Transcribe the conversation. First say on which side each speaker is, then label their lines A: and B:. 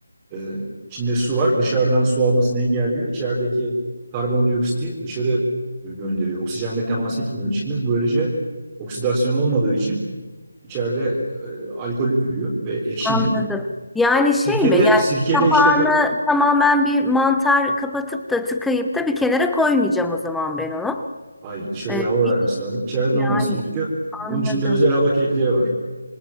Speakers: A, on the right; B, in the centre.
A: Ee, içinde su var. Dışarıdan su almasını engelliyor. İçerideki karbondioksiti dışarı gönderiyor. Oksijenle temas etmiyor içkimiz. Böylece oksidasyon olmadığı için içeride e, alkol ürüyor ve ekşimiyor.
B: Anladım. Yani
A: Sirkede
B: şey mi? Yani
A: sirkede
B: kapağını
A: işte böyle
B: tamamen bir mantar kapatıp da tıkayıp da bir kenara koymayacağım o zaman ben onu.
A: hayır dışarıya
B: Ee,
A: hava vermesi
B: bir-
A: lazım. İçeriden
B: yani
A: almaması gerekiyor.
B: anladım.
A: Bunun için de özel hava kilitleri var.